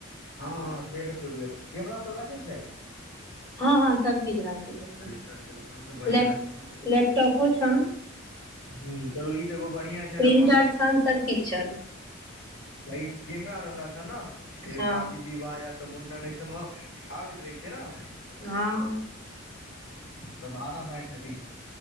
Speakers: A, on the left (about 70°); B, on the left (about 20°).
A: हँ हं से त खुल गलइ। कैमरा सब रखै छैत।
B: हँ हँ सबचीज राखै छथिन।
A: अच्छा तहन तऽ बढ़िआँ
B: लैप
A: छै तहन
B: लैपटॉपो छन।
A: ह्म्म चलू ई त एगो बढ़िया छै
B: प्रिंटर
A: न बन किया
B: छनि सबकिछु छनि
A: कि कैमरा रहला स न के
B: हँ
A: शादी विवाह या तऽ मुंडन एहि सब म आबैत रहै छै न।
B: हँ
A: त भारा मार सकैत छै